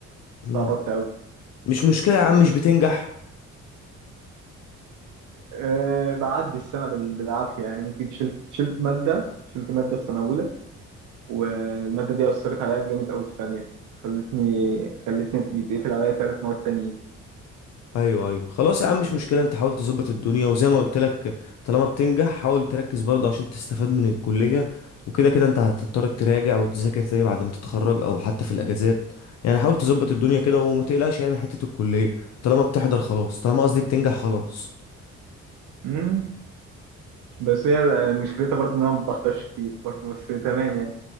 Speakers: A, on the right; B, on the left.
A: استعبطت
B: مم.
A: قوي
B: مش مشكله يا عم مش بتنجح
A: أه بعدي السنه بال- بالعافيه يعني ممكن شلت شلت ماده شلت ماده في سنه اولى والماده دي اثرت عليا جامد قوي في ثانيه خلتني خلتني يتقفل عليا ثلاث مواد تانيين
B: ايوه ايوه خلاص يا عم مش مشكله انت حاول تظبط الدنيا وزي ما قلت لك طالما بتنجح حاول تركز برضه عشان تستفاد من الكليه وكده كده انت هتضطر تراجع وتذاكر تاني بعد ما تتخرج او حتى في الاجازات يعني حاول تظبط الدنيا كده وما تقلقش يعني من حته الكليه طالما بتحضر خلاص طالما قصدي بتنجح خلاص
A: مم. بس هي مشكلتها برضو ان انا ما بحضرش كتير برضو بس تمام يعني